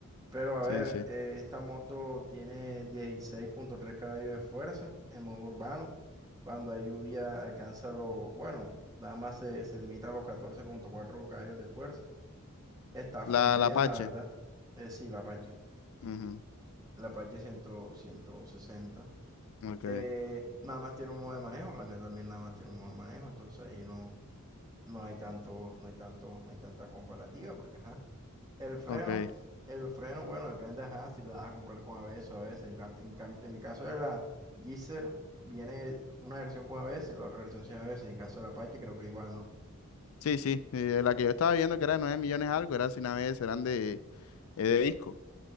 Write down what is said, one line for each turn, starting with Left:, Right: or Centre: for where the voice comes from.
Right: Pero a ver,
Left: Sí, sí.
Right: eh, esta moto tiene dieciséis punto tres caballos de fuerza en modo urbano. Cuando hay lluvia alcanza lo, bueno, nada más se, se limita a los catorce punto cuatro caballos de fuerza. Está
Left: La,
Right: full bien,
Left: la Apache.
Right: la verdad. Eh, sí, la Apache.
Left: Ujú,
Right: La Apache cien, ciento 160.
Left: Ok,
Right: Eh, nada más tiene un modo de manejo. La mía también nada más tiene un modo de manejo. Entonces ahí no, no hay tanto, no hay tanto, no hay tanta comparativa porque, ajá. El freno,
Left: ok.
Right: el freno, bueno, depende, ajá, si lo vas a comprar con ABS o a ABS. En, ca- en cam- en el caso de la Gixxer, viene una versión con ABS, la otra versión sin ABS. Y en caso de la Apache, creo que igual no.
Left: Sí, sí, eh, la que yo estaba viendo que era de nueve millones algo, era sin ABS, eran de, eh, de disco.